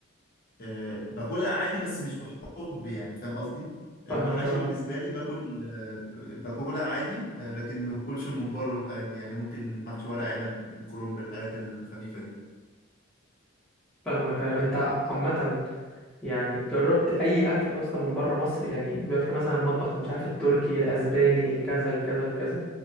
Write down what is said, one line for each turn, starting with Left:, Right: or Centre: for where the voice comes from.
Left: آه، باكلها عادي بس مش بحب يعني فاهم قصدي المحاشي
Centre: فاهمك اه
Left: بالنسبة لي باكل آه، باكلها عادي آه، لكن ما باكلش الممبار والحاجات دي يعني ممكن محشي ورق عنب الكرنب الحاجات الخفيفة دي
Centre: فاهمك ايوه انت عامه يعني جربت اي اكل اصلا من بره مصر يعني بيبقى في مثلا مطبخ مش عارف التركي الاسباني الكذا الكذا الكذا